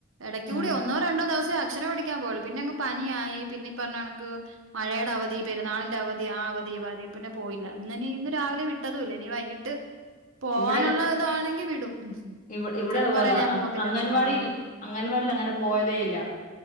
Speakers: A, on the right; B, on the left.
A: ഇടയ്ക്ക്
B: ഉം
A: കൂടി ഒന്നോ രണ്ടോ ദിവസം ട്യൂഷന് പഠിക്കാൻ പോവല്ണ്ട് പിന്നെ അങ്ങ് പനിയായി പിന്നെ ഇപ്പറഞ്ഞ കണക്ക് മഴയുടെ അവധി പെരുന്നാളിന്റെ അവധി ആ അവധി ദീപാവധിയായെപ്പിന്നെ പോയില്ല ഇന്നിനി ഇന്ന് രാവിലെ വിട്ടതുംല്ല ഇനി വൈകിട്ട് പോവാനുള്ള
B: ഇവിടെ
A: ഇതാണെങ്കി വിടും
B: ഇവി ഇവിടതുപോലെ
A: ചിലപ്പോ പറയും ഞാൻ പോകത്തില്ലന്ന്
B: അംഗൻവാടിൽ
A: ആഹ്
B: അംഗൻവാടിൽ അങ്ങനെ പോയതേയില്ല